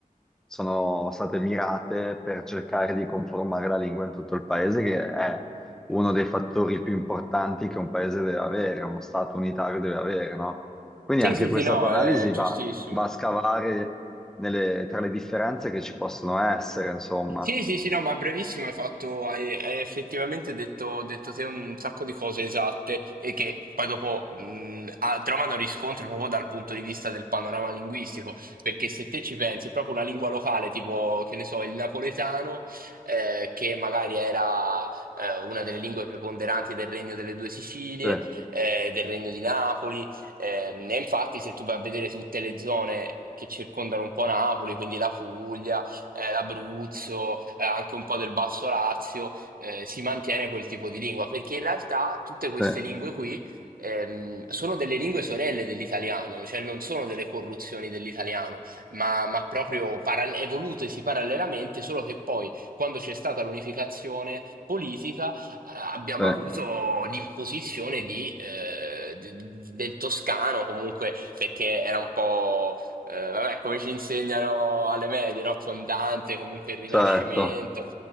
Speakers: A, in the centre; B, on the right (about 80°).
A: sono state mirate per cercare di conformare la lingua in tutto il paese, che è uno dei fattori più importanti che un paese deve avere, uno Stato unitario deve avere, no? Quindi
B: Sì,
A: anche
B: sì, sì,
A: questa
B: no,
A: tua analisi
B: è giustissimo.
A: va, va a scavare nelle- tra le differenze che ci possono essere, insomma.
B: Sì, sì, sì, no, ma brevissimo, hai fatto, hai, hai effettivamente detto, detto te un sacco di cose esatte e che poi dopo mh, ah, trovano riscontro proprio dal punto di vista del panorama linguistico, perché se te ci pensi, è proprio una lingua locale, tipo, che ne so, il napoletano, eh, che magari era eh, una delle lingue preponderanti del Regno delle Due Sicilie,
A: Sì,
B: eh, del Regno di Napoli, ehm, e infatti se tu vai a vedere tutte le zone che circondano un po' Napoli, quindi la Puglia, eh, l'Abruzzo, eh, anche un po' del Basso Lazio, eh, si mantiene quel tipo di lingua, perché in realtà tutte queste
A: sì,
B: lingue qui ehm, sono delle lingue sorelle dell'italiano, cioè non sono delle corruzioni dell'italiano, ma, ma proprio paral- evolutesi parallelamente, solo che poi, quando c'è stata l'unificazione politica, eh, abbiamo
A: sì,
B: avuto l'imposizione di, eh, d- del toscano, comunque perché era un po' Eh, vabbè, come ci insegnano alle medie, no? Con Dante, comunque il Rinascimento.
A: certo.